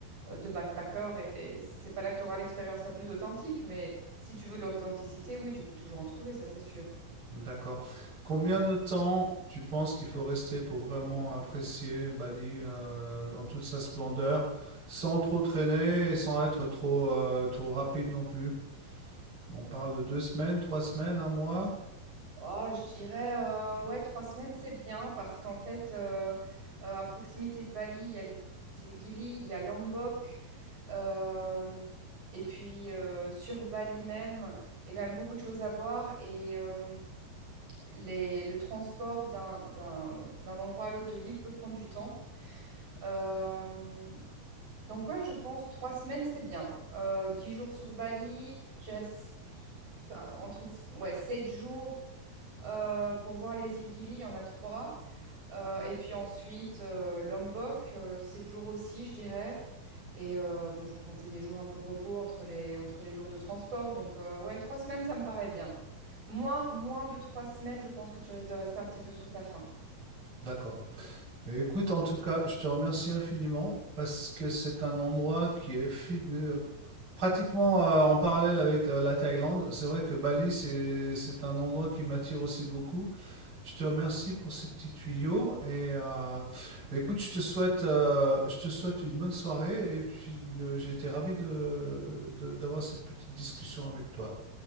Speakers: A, on the right (about 45°); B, on the right (about 30°).
A: euh, de backpackers. Et c'est pas là que tu auras l'expérience la plus authentique, mais si tu veux de l'authenticité, oui, tu peux toujours en trouver, ça c'est sûr.
B: D'accord. Combien de temps tu penses qu'il faut rester pour vraiment apprécier Bali euh, dans toute sa splendeur, sans trop traîner et sans être trop, euh, trop rapide non plus? On parle de deux semaines, trois semaines, un mois?
A: Oh, je dirais, euh, ouais, trois semaines, c'est bien parce qu'en fait, euh, euh, à proximité de Bali, il y a les îles Gili, il y a Lombok. euh, et puis, euh, sur Bali même, il y a quand même beaucoup de choses à voir. Et euh, les- le transport d'un, d'un, d'un endroit à l'autre de l'île peut prendre du temps. Euh, donc, ouais, je pense trois semaines, c'est bien. Euh, dix jours sur Bali, je dirais s- entre ouais, sept jours. Euh, pour voir les îles Gili, il y en a trois. Euh, et puis ensuite, euh, Lombok, euh, sept jours aussi, je dirais. Et euh, bon, faut compter des jours un peu repos entre les, entre les jours de transport. Donc, euh, ouais, trois semaines, ça me paraît bien. Moins, moins de trois semaines, je pense que tu risques de rester un petit peu sur ta faim.
B: D'accord. Mais écoute, en tout cas, je te remercie infiniment parce que c'est un endroit qui est fi- euh, pratiquement euh, en parallèle avec la, la Thaïlande. C'est vrai que Bali, c'est, c'est un endroit qui m'attire aussi beaucoup. Je te remercie pour ces petits tuyaux et euh, bah, écoute, je te souhaite, euh, je te souhaite une bonne soirée et puis euh, j'ai été ravi de, de- d'avoir cette petite discussion avec toi.